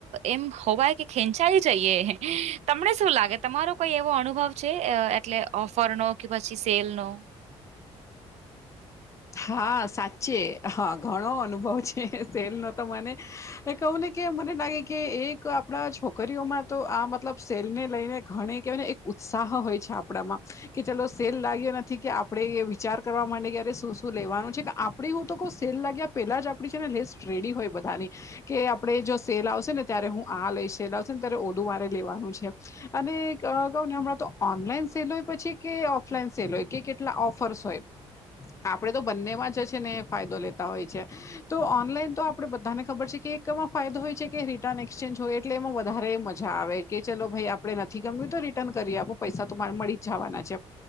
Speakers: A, on the right (about 75°); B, on the left (about 25°).
A: એમ હોવાય કે ખેંચાઈ જઈએ તમને શું લાગે તમારો. કોઈ એવો અનુભવ છે એટલે ઓફર નો કે પછી સેલ નો.
B: હા સાચે હા ઘણો અનુભવ છે સેલ નો તો મને એ કહું ને કે મને લાગે કે એક આપણા છોકરીઓમાં તો આ મતલબ સેલ ને લઈને ઘણી કે ઉત્સાહ હોય છે આપડામાં કે ચલો સેલ લાગ્યો નથી કે આપણેે વિચાર કરવા માટે કે અરે શુ શુ શું લેવાનું છે કે આપડી હું તો કઉ સેલ લાગ્યા પેલા જ આપડી છે ને લિસ્ટ રેડી હોય બધાની કે આપણેે જો સેલ આવશે ને ત્યારે હું આ લઈ સેલ આવશે ને ત્યારે ઓલુ મારે લેવાનું છે અને કહઉ ને હમણાં તો ઓનલાઈન સેલ હોય પછી કે ઓફલાઈન સેલ હોય કે કેટલા ઓફર્સ હોય આપણેે તો બંનેમાં જ છે ને ફાયદો લેતા હોય છે તો ઓનલાઈન તો આપણેે બધાને ખબર છે કે એકમાં ફાયદો હોય છે કે રિટર્ન એક્સચેન્જ હોય એટલે એમાં વધારે મજા આવે કે ચલો ભાઈ આપડે નથી ગમ્યું તો રી રિટન કરિ આપો પૈસા તો ભાઈ મળી જ જવાના છે